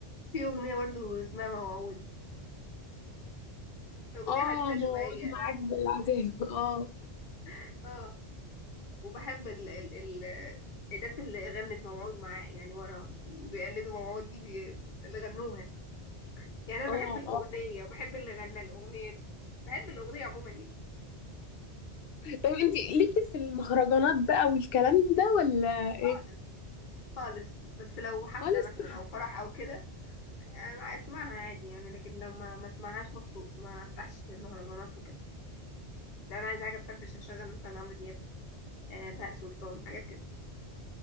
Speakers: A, on the left; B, on the left.
A: في أغنية برضه اسمها موعود أغنية
B: اه
A: حزينة
B: موعود
A: شوية
B: معاك بالعذاب اه
A: <laughs> وبحب ال ال ال الناس اللي غنت موعود معاه يعني وراها اللي بيقلدوا موعود دي بي... اللي غنوها يعني انا
B: اه
A: بحب الاغنيه
B: اه
A: وبحب اللي غنى الاغنيه دي بحب الاغنيه عموما يعني
B: طيب انت ليكي في المهرجانات بقى والكلام ده ولا ايه
A: خالص خالص بس لو حفله
B: خالص
A: مثلا
B: <laughs>
A: او فرح او كده أنا اسمعها عادي يعني لكن لو ما ما اسمعهاش مخصوص ما افتحش مهرجانات وكده لو انا عايزه حاجه تفرفش هشغل مثلا عمرو دياب آه، بهاء سلطان حاجات كده